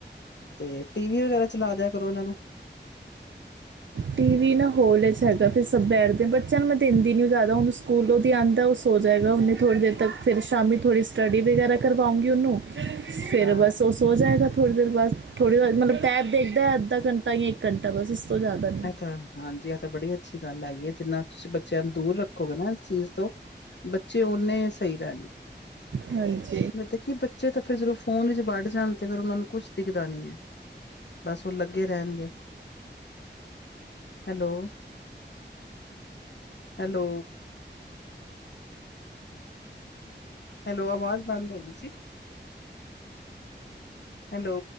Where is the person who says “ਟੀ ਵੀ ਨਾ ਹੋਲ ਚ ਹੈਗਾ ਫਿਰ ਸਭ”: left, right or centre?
Right